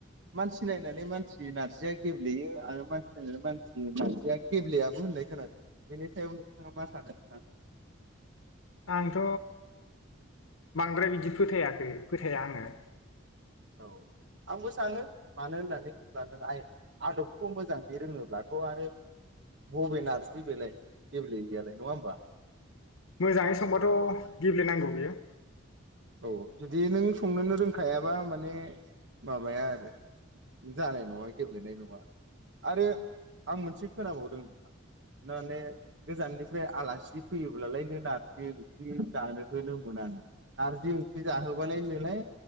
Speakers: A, on the right (about 60°); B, on the left (about 85°).
A: मानसि नायनानै मानसि नार्जिया गेब्लेयो आरो मानसि नायनानै मानसि नार्जिया गेब्लेयाबो होननाय खोनादों बेनि सायाव नोंथाङा मा सानो नोंथां।
B: आंथ। बांद्राय बिदि फोथायाखै। फोथाया आङो।
A: औ आंबो सानो मानो होननानै बुङोब्ला नों आइ आदबखौ मोजाङै रोङोब्लाथ आरो बबे नारजि बेलाय गेब्लेयै गैयालाय नङा होमबा।
B: मोजाङै संबाथ गेब्लेनांगौ बियो।
A: औ जुदि नों संनोनो रोंखायाबा माने माबाया आरो जानाय नङा गेब्लेनाय नङा आरो आं मोनसे खोनाबावदों माने गोजाननिफ्राय आलासि फैयोब्लालाय नो नारजि ओंख्रि जानो होनो मोनानो नार्जि ओंख्रि जाहोबा लायनो लाय